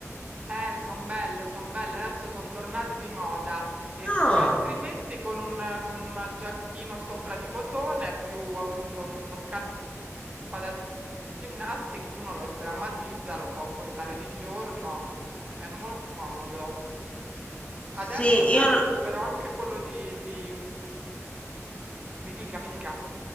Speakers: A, on the right (about 25°); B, on the left (about 25°).
A: eh, son belle, son belle, adesso son tornate di moda e, s-
B: Ah,
A: e altrimenti con un, con un giacchino sopra di cotone, più appunto una scarpa da ginnastica, uno lo sdrammatizza, lo può portare di giorno, è molto comodo.
B: sì,
A: Adesso però
B: io
A: recupero
B: no,
A: anche quello di... di... Mi dica, mi dica.